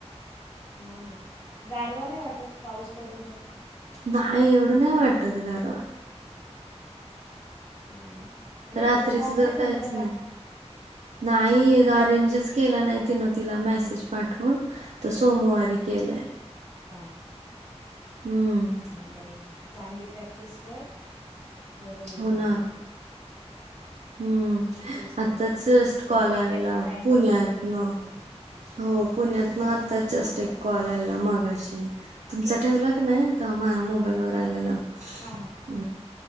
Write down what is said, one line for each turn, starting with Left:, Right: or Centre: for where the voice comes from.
Left: हो ना, गारवा नाही वाटत पाऊस पडून पण.
Right: नाही एवढं नाही वाटत गरवा.
Left: नई ना. आणि
Right: रात्रीच
Left: तुझं मॉक
Right: तर
Left: नाही झालं
Right: काहीच नाही.
Left: काल?
Right: नाही, अरेंजच केला नाही, तिनं तिला मेसेज. पाठवून, तर सोमवारी केलं.
Left: हा.
Right: हम्म.
Left: नाही, चांगली प्रॅक्टिस कर, बरं होईल
Right: हो ना
Left: झालं तर.
Right: हम्म,
Left: तेच
Right: आताच
Left: तर.
Right: जस्ट
Left: मग
Right: कॉल
Left: हे
Right: आलेला
Left: काय हे टाईमपासला
Right: पुण्यातन.
Left: करू शकते.
Right: हो, पुण्यातन आता जस्ट
Left: हां,
Right: एक
Left: मग?
Right: कॉल आलेला मगाशी, तुमचा ठेवला का नाय. माया मोबाईल
Left: हां, हां.
Right: वर आलेला.
Left: हां, हां.
Right: <inaudible>